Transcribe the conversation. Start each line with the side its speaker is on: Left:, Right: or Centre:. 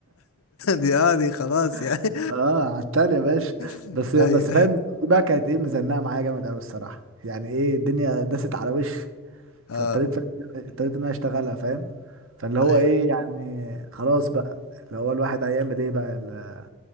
Left: دي اه دي خلاص يعني
Right: <laughs> اه عتال يا باشا
Left: <laughs>
Right: بس بس
Left: اي
Right: فاهم دي بقى كانت ايه مزنقة معايا جامد قوي الصراحة يعني ايه الدنيا داست على وشي
Left: اه
Right: فاضطريت فاهم- اضطريت ان انا اشتغلها فاهم فاللي هو
Left: اي
Right: ايه يعني خلاص بقى اللي هو الواحد هيعمل ايه بقى ال-